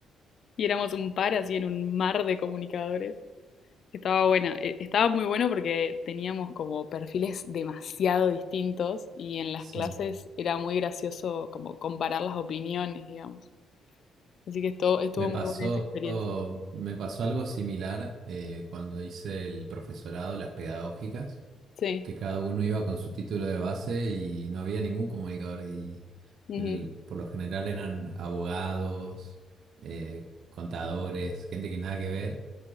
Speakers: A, on the left (about 60°); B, on the right (about 65°).
A: y éramos un par así en un mar de comunicadores. Estaba buena, e- estaba muy bueno porque teníamos como perfiles demasiado distintos y en las
B: Sí.
A: clases era muy gracioso como comparar las opiniones, digamos. Así que esto, estuvo
B: Me pasó,
A: muy buena esa experiencia.
B: me pasó algo similar eh, cuando hice el profesorado, las pedagógicas,
A: Sí,
B: que cada uno iba con su título de base y no había ningún comunicador. Y
A: ujú,
B: el- por lo general eran abogados, eh, contadores, gente que nada que ver.